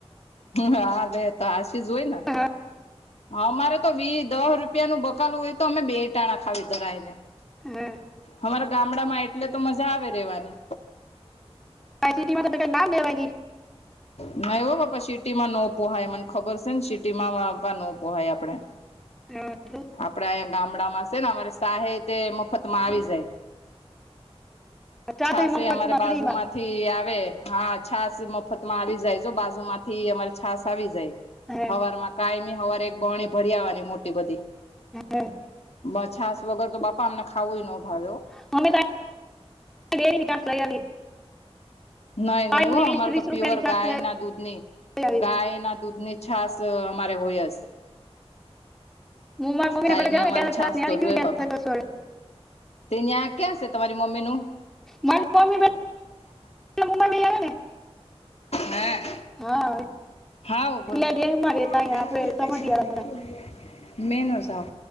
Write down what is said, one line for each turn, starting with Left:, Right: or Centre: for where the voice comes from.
Left: હા બે તો હાસી જ હોય ન
Centre: હા,
Left: હા અમારે તો વી દહ રૂપિયાનું બકાલું હોય તો અમે બે ટાણા ખાવી ધરાયને.
Centre: હા
Left: અમારા ગામડામાં એટલે તો મજા આવે રેવાની.
Centre: <unintelligible>
Left: ના એવ બાપા સિટીમાં નોપોહાય મને ખબર છે ને સિટી માંપા ન પોહાય આપડે
Centre: <unintelligible>
Left: આપડે અહીંયા ગામડામાં છે ને અમારે સાહે તે મફતમાં આવી જાય
Centre: ચાતે
Left: છાશે
Centre: મફતમાં
Left: અમારે બાજુમાં-
Centre: ફ્રીમાં
Left: થી આવે હા છાસ મફતમાં આવી જાય જો બાજુ અમારે છાસ જાય.
Centre: હે
Left: હવારમાં કાયમી હવાર એક બરની ભરી આવવાની મોટી બધી.
Centre: <unintelligible>
Left: માર છાસ વગર તો બાપા અમને ખાવું ન ભાવે હો.
Centre: <unintelligible>
Left: નહી નહી
Centre: ની
Left: એવું
Centre: વીસ
Left: અમારે
Centre: ત્રીસ
Left: તો
Centre: રૂપિયાની
Left: પ્યૉર
Centre: છાશ
Left: ગાયના
Centre: લઈ
Left: દૂધની
Centre: આવી
Left: ગાયના દૂધની છાસ અમારે હોય હસ
Centre: હું મારી મમ્મીના
Left: કાયમી
Centre: ઘરે જાઉં
Left: અમારે
Centre: ને ત્યારે
Left: છાસ
Centre: છાશ ની હારી
Left: તો
Centre: પીવી
Left: જોઈએ
Centre: ને ત્યારે
Left: બાપા.
Centre: સંતોષ વળે
Left: તે ન્યાં ક્યાં સે તમારી મમ્મીનું?
Centre: મારી મમ્મી-બેન મુમા લઈ આયા ને.
Left: એ...
Centre: હા
Left: હાવ, બોલો.
Centre: પેલા દેહમાં રહેતા
Left: <unintelligible>
Centre: અહીંયા આપણે સમઢિયાળા મળે
Left: મેનઝાવ